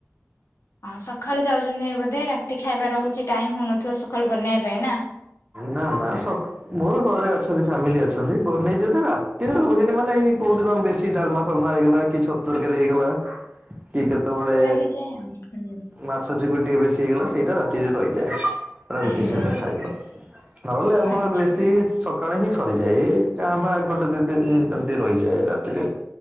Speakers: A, on the left (about 70°); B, on the right (about 25°).
A: ହଁ ସକାଳୁ ଯାଉଛନ୍ତି ହେ ବୋଧେ ରାତି ଖାଇବା ରହୁଛି ଟାଇମ ହଉନଥିବ ସକାଳୁ ବନେଇବା ପାଇଁ ନା?
B: ନା ନା ସକା ମୋର ଘରେ ଅଛନ୍ତି ଫ୍ୟାମିଲି ଅଛନ୍ତି ବନେଇଦିଅନ୍ତି ରାତିରେ ରୁହେନି ମାନେ ଏଇ କୋଉ ଦିନ ବେଶୀ କି ଡାଲମା ଫାଲମା ହେଇଗଲା କି ଛତୁ ତରକାରୀ ହେଇଗଲା କିଏ କେତେବେଳେ
A: ରହିଯାଏ ଆଉ ହୁଁ
B: ମାଛ ଚିଙ୍ଗୁଡି ଟିକେ ବେଶୀ ହେଇଗଲା ସେଇଟା ରାତିରେ ରହିଯାଏ ସେଟା ରୁଟି
A: ହୁଁ
B: ସହିତ ଖାଇଦଉ। ନହେଲେ ଆମର
A: ଆଚ୍ଛା
B: ବେଶୀ ଛତୁ ସକାଳେ ହିଁ ସରିଯାଏ ଏ କାଁ ଭାଁ ଗୋଟେ ଦି ଦିନ ଏମତି ରହିଯାଏ ରାତିରେ।